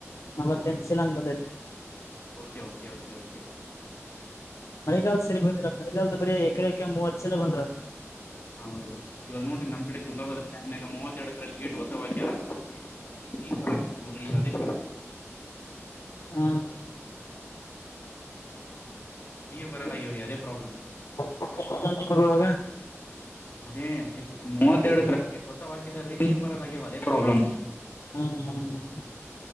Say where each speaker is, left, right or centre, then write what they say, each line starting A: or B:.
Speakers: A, on the left; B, on the left.
A: ನಲವತ್ತೆಂಟು ಸಿೀಲಾಂಗ್ ಬಂದೈತೆ
B: ಓಕೆ ಓಕೆ ಓಕೆ ಓಕೆ
A: ಮಳೆಗಾಲದ ಸರಿ ಬಂದಿಲ್ಲ ಮಳೆಗಾಲದ ಬರೀ ಎಕರೆಕ ಮೂವತ್ತು ಜಲ ಬಂದ
B: ಹೌದೌದು ಇವಾಗ ನೋಡಿ ನಮ್ಮ ಕಡೆ ತುಂಗಭದ ನೆನ್ನೆಗ ಮೂವತ್ತರಡು ಕರಷ್ಟು ಗಟ್ ಹೊಸ ಅಕ್ಯಾರ ನೀ ನೀರ್ ಬರ್ಲಾಗ್ಯಾವ ನೋಡ್ರಿ ಈ ಸಾರಿ
A: ಊ
B: ನೀರ್ ಬರಲ್ಲ ಆಗವ್ರೀ ಅದೇ ಪ್ರಾಬ್ಲ್
A: <unintelligible> ವಾಗ
B: ಅದೇ ಮೂವತ್ತೆರಡು ಕ್ರಶ್ ಗೆಟ್ ಹೊಸ ಹಾಕಿದ್ರೀ ನೀರ್ ಬರಲ್ಲಗ್ಯವ ಅದೇ ಪ್ರಾಬ್ಲಮ್.
A: ಹ್ಮ ಹ್ಮ್ ಹ್ಮು